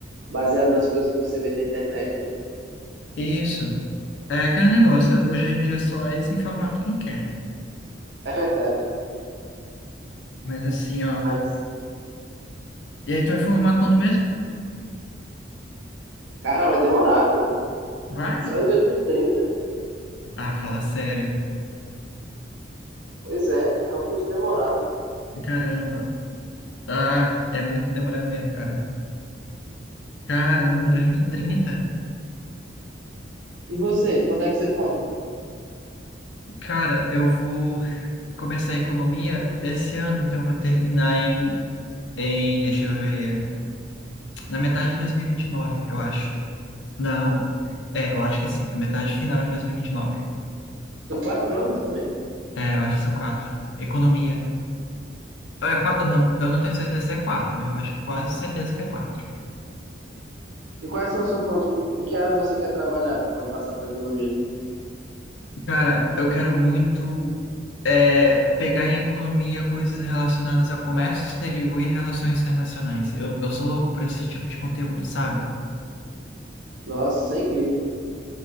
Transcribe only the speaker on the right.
baseado nas coisas que você vê na internet, né?
É verdade.
Mas,
cara, vai demorar, viu?
Só em dois mil e trinta
Pois é, é um curso demorado.
E você, quando é que você forma?
São quatro anos também?
E quais são os seus planos? Com- Em que área você quer trabalhar quando passar para economia?
Nossa, isso é incrível.